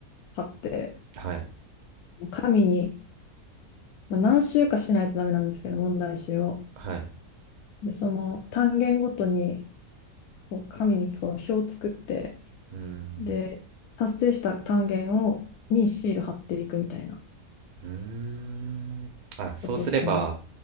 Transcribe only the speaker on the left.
買って、
紙に、まあ、何週かしないとダメなんですけど、問題集を。
で、その単元ごとにこう紙にこう表を作って、
で、達成した単元を、にシール貼っていくみたいな
ことをしてます。